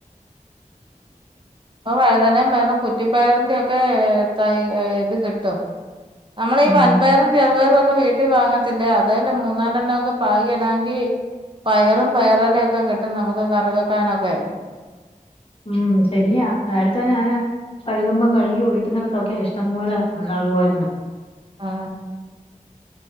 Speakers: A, on the right; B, on the left.
A: അപ്പൊ വഴുതന വേറെ കുറ്റിപ്പയറിന്റെയൊക്കെ തൈ ഇത് കിട്ടും നമ്മള് ഈ
B: ഉം
A: വൻപയറും ചെറുപയറും ഒക്കെ വീട്ടിൽ വാങ്ങ. ല്ലേ അതില് മൂന്നാലെണ്ണൊക്കെ പാകിടാമെങ്കിൽ. പയറും പയറെല ഒക്കെ കിട്ടും നമുക്ക് കറി വെക്കാനൊക്കെ.
B: ഉം ശരിയാ നേരത്തെ ഞാന്. കഴുകുമ്പം കഴുകി ഒഴിക്കുന്നങ്ങത്തൊക്കെഷ്ടം പോലെ നന്നാകുവായിരുന്നു.
A: ആ